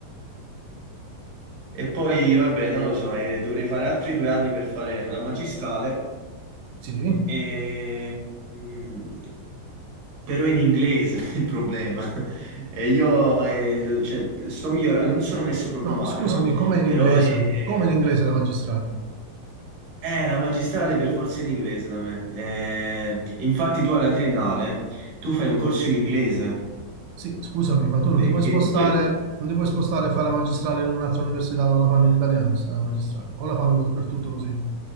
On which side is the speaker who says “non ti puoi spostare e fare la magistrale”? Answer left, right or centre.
Right